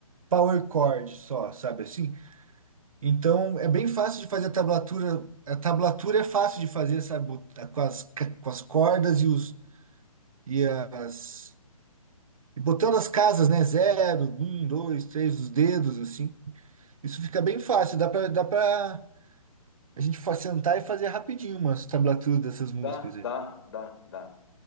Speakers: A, on the right; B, on the left.
A: power chord só, sabe assim? Então é bem fácil de fazer a tablatura. A tablatura é fácil de fazer, sabe? Bot- Com as, com as cordas e os e as e botando as casas, né? Zero, um, dois, três, os dedos, assim. Isso fica bem fácil. Dá pra, dá pra a gente fa- sentar e fazer rapidinho umas tablaturas dessas músicas
B: Dá, dá,
A: aí.
B: dá, dá.